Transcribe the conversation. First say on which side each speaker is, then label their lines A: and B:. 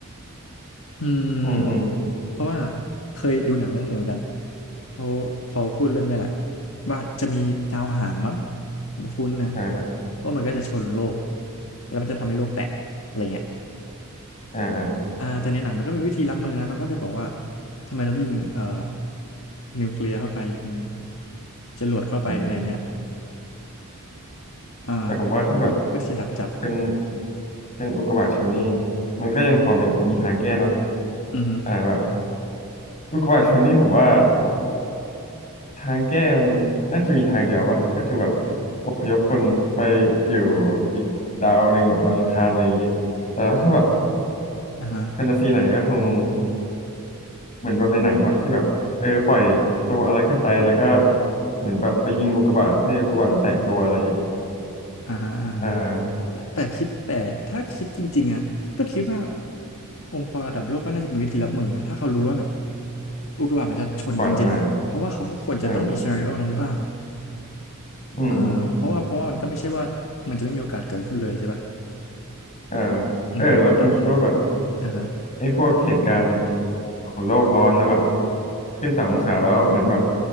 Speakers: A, on the left (about 65°); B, on the left (about 35°).
A: อืม
B: อืมอืม
A: เพราะว่าเคยดูหนังเรื่องหนึงเหมือนกันเขาเขาพูดเรื่องเนี้ยแหละว่าจะมีดาวหางมั้งคุ้นๆนะ
B: อ่าครับ
A: ว่ามันก็จะชนโลกแล้วมันจะทำให้โลกแตกอะไรเงี้ย
B: อ่าอ่า
A: อ่าแต่ในหนังมันก็มีวิธีรับมือนะเขาก็จะบอกว่าทำไมเราไม่ยิงเอ่อนิวเคลียร์เข้าไปยิงจรวดเข้าไปอะไรอย่างเงี้ย
B: อืม
A: อ่า
B: แต่ผมว่าถ้าแบบ
A: เพื่อเพื่อที่จะดักจับ
B: เป็นเป็นอุกกาบาตชนนี่มันก็ยังพอมีแบบมีทางแก้เนาะ
A: อือฮึ
B: อ่าแบบอุกกาบาตชนนี่ผมว่าทางแก้มันน่าจะมีทางเดียววะก็คือแบบอพยพคนไปอยู่อีกดาวหนึ่งแบบดาวอังคารอะไรอย่างงี้แต่ว่าถ้าแบบ
A: อ่าฮะ
B: แฟนตาซีไหนก็คง เหมือนแบบในหนังปะที่แบบเออปล่อยตัวอะไรขึ้นไปแล้วก็เหมือนแบบไปยิงอุกกาบาตให้อุกกาบาตมันแตกตัวอะไรเงี้ย
A: อ่าฮะอ่าฮะ
B: อ่า
A: แต่แต่คิดแต่ถ้าคิดจริงๆนะก็คิดว่าองค์กรระดับโลกก็น่าจะมีวิธีรับมือนะถ้าเขารู้ว่าแบบอุกกาบาตมันจะชนจริงๆอ่ะเพราะว่าเขาก็ควรจะต้องมีซีนาริโอนั้นบ้างอ่ะ
B: อุกกาบาตจะมาเอออืมอืม
A: อ่าเพราะว่าเพราะว่ามันก็ไม่ใช่ว่ามันจะไม่มีโอกาสเกิดขึ้นเลยใช่ป่ะ
B: เออ
A: อืมมันเดาไม่ได้
B: เออแล้วคุณคิดว่าแบบ
A: อ่าฮะ
B: ไอ้พวกเหตุการณ์ของโลกร้อนแล้วแบบขึ้นสององศาแล้วเหมือนแบบ